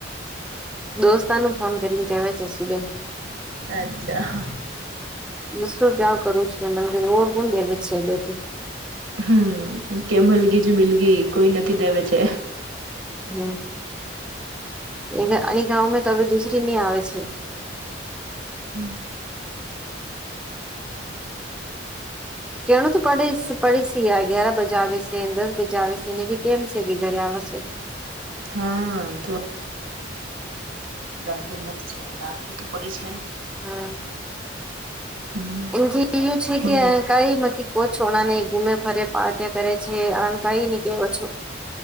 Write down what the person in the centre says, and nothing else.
દોસ્તાને ફોન કરીને કેવા છે સુદાઈ
શું ક્યાં કરવું છ મને ઓર કોણ દેવી છે બેટે
હમ આની ગંમાં તવે દુસરી નહી આવે છે.
કેણું તો પડી પડીશ ગ્યાર બજા આવે છે દસ બજા આવે છે એને ભી ટેમ છે કે ઘરે આવેશ
હમ
એમ કે ું છે
કે કઈ થી કો છો ના નહી ગુમે ફરે પાર્ટ્યા કરે છે અણ કઈ ને કેવો છો